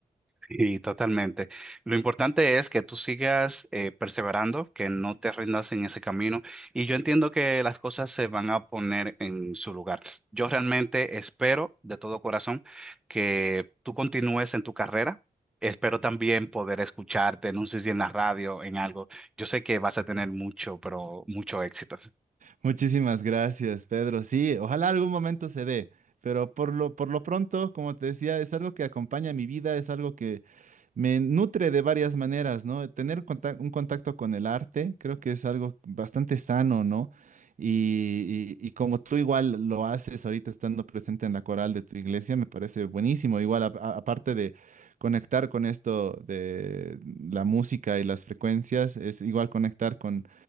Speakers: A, in the centre; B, on the right.
A: Sí, totalmente. Lo importante es que tú sigas eh, perseverando, que no te rindas en ese camino. Y yo entiendo que las cosas se van a poner en su lugar. Yo realmente espero de todo corazón que tú continúes en tu carrera. Espero también poder escucharte, no sé si en la radio, en algo. Yo sé que vas a tener mucho, pero mucho éxito.
B: Muchísimas gracias, Pedro. Sí, ojalá algún momento se dé. Pero por lo, por lo pronto, como te decía, es algo que acompaña mi vida, es algo que, me nutre de varias maneras, ¿no? Tener conta- un contacto con el arte creo que es algo bastante sano, ¿no? Y, y- y como tú igual lo haces ahorita estando presente en la coral de tu iglesia, me parece buenísimo. Igual, a- a- aparte de conectar con esto de la música y las frecuencias, es igual conectar con,